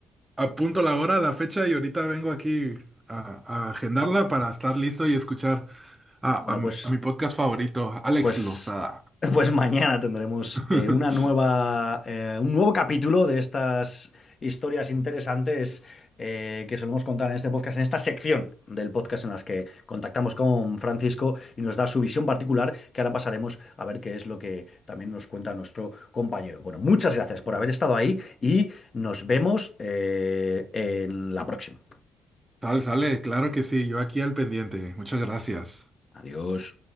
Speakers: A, on the right; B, on the left.
A: apunto la hora, la fecha y ahorita vengo aquí a, a agendarla para estar listo y escuchar a,
B: Bueno,
A: a m-
B: pues...
A: a mi podcast favorito, Alex
B: Pues,
A: Lozada.
B: <laughs> pues mañana tendremos
A: <laughs>
B: eh, una nueva, eh, un nuevo capítulo de estas historias interesantes eh, que solemos contar en este podcast, en esta sección del podcast en las que contactamos con Francisco y nos da su visión particular, que ahora pasaremos a ver qué es lo que también nos cuenta nuestro compañero. Bueno, muchas gracias por haber estado ahí y nos vemos eh, en la próxima.
A: Sale, sale. Claro que sí. Yo aquí al pendiente. Muchas gracias.
B: Adiós.